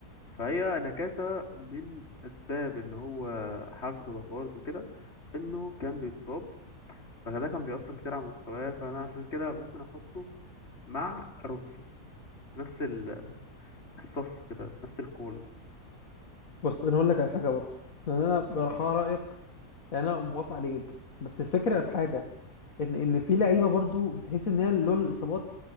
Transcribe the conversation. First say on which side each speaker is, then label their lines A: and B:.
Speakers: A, on the left (about 40°); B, on the left (about 60°).
A: فهي نكاتة من أسباب إن هو حالته تدهورت وكده إنه كان بيتصاب فده كان بيأثر كتير على مستواه فأنا عشان كده ممكن أحطه مع روسو في نفس ال- الصف كده في نفس الكولوم
B: بص انا هقول لك على حاجه برضه يعني انا برخاء رايك يعني انا موافق عليه جدا بس الفكره في حاجه ان ان في لعيبه برضو بتحس ان هي لولا الاصابات